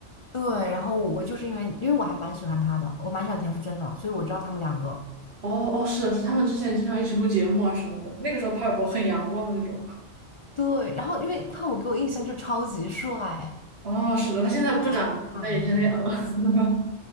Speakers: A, on the left (about 50°); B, on the right (about 60°).
A: 对，然后我就是因为因为我还蛮喜欢他的，我蛮喜欢田馥甄的，所以我知道他们两个。
B: 哦哦，是的是的，他们之前经常一起录节目啊什么的，那个时候帕玮柏很阳光的那种。
A: 对，然后因为潘我给我印象就超级帅，
B: 哦，是的，他现在不长那以前那样了。
A: 阳光大男孩。
B: <laughs>